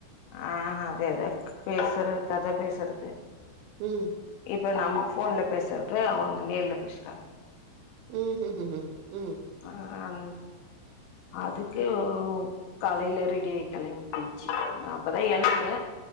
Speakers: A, on the left (about 85°); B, on the right (about 85°).
A: ஆஹ் அது எத பேசுறது கதை பேசுறது
B: உம்
A: இப்ப நம் போன்ல பேசுறது அவங்க நேர்ல பேசுறாங்க
B: உஹம் உஹம் உஹம் உஹம் உம்
A: ஆஹ் அதுக்கு காலையில ரெடி ஆயி கிளம்பிப் போ நான் அப்பதான் எழுந்தேன்